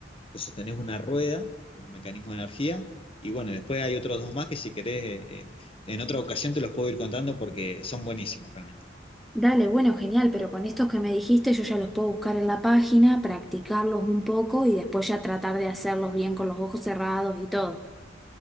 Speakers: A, on the left; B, in the centre.
A: que sostenés una rueda, un mecanismo de energía, y bueno, después hay otros dos más que si querés, eh, eh, en otra ocasión te los puedo ir contando porque son buenísimos realmente.
B: Dale, bueno, genial, pero con estos que me dijiste yo ya los puedo buscar en la página, practicarlos un poco y después ya tratar de hacerlos bien con los ojos cerrados y todo.